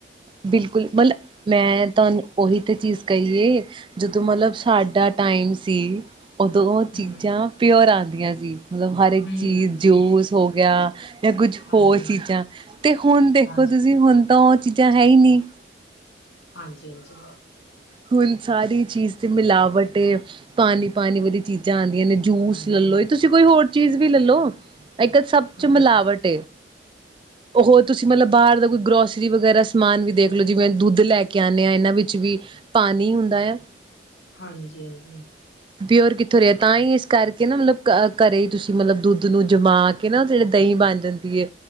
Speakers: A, on the right; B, on the left.
A: ਬਿਲਕੁਲ, ਮਤਲਬ ਮੈਂ ਤੁਹਾਨੂੰ ਉਹੀ ਤੇ ਚੀਜ਼ ਕਹੀਏ। ਜਦੋਂ ਮਤਲਬ ਸਾਡਾ ਟਾਈਮ ਸੀ ਉਦੋਂ
B: ਹੂੰ
A: ਚੀਜ਼ਾਂ ਪਿਓਰ ਆਂਦੀਆਂ ਜੀ। ਮਤਲਬ, ਹਰ ਇੱਕ
B: ਹੂੰ
A: ਚੀਜ਼ ਜੂਸ ਹੋ। ਗਿਆ। ਜਾਂ, ਕੁੱਝ
B: ਹਾਂਜੀ
A: ਹੋਰ ਚੀਜ਼ਾਂ ਤੇ ਹੁਣ ਦੇਖੋ।
B: ਹਾਂਜੀ
A: ਤੁਸੀਂ ਹੁਣ ਤਾਂ ਉਹ ਚੀਜ਼ਾਂ। ਇਨੀ
B: ਹਾਂਜੀ, ਹਾਂਜੀ।
A: ਹੁਣ, ਸਾਰੀ ਚੀਜ਼ ਤੇ ਮਿਲਾਵਟ ਏ। ਪਾਣੀ, ਪਾਣੀ ਵਾਲੀ ਚੀਜ਼ਾਂ। ਨੇ, ਜੂਸ
B: ਹਾਂਜੀ
A: ਲੈ ਲੋ। ਤੁਸੀਂ ਕੋਈ ਹੋਰ। ਚੀਜ਼ ਵੀ ਲੈਲੋ ਅੱਜ ਕੱਲ੍ਹ ਸਭ
B: ਹਾਂਜੀ
A: ਚ ਮਿਲਾਵਟ ਉਹ ਤੁਸੀਂ ਮਤਲਬ ਬਾਹਰ ਦਾ ਕੋਈ ਗਰੋਸਰੀ ਵਗੈਰਾ ਸਮਾਨ ਵੀ ਦੇਖਲੋ ਜਿਵੇਂ ਦੁੱਧ ਲੈ ਕੇ ਆਉਂਦੇ ਹਾਂ ਇਹਨਾਂ ਵਿੱਚ ਵੀ ਪਾਣੀ ਹੁੰਦਾ ਆ
B: ਹਾਂਜੀ ਹਾਂਜੀ
A: ਪਿਓਰ ਕਿੱਥੋਂ ਰਿਹਾ ਤਾਂ ਹੀ ਇਸ ਕਰਕੇ ਨਾ ਮਤਲਬ ਘਰੇ ਹੀ ਤੁਸੀਂ ਮਤਲਬ ਦੁੱਧ ਨੂੰ ਜਮਾ ਕੇ ਨਾ ਜਿਹੜੇ ਦਹੀਂ ਬਣ ਜਾਂਦੀ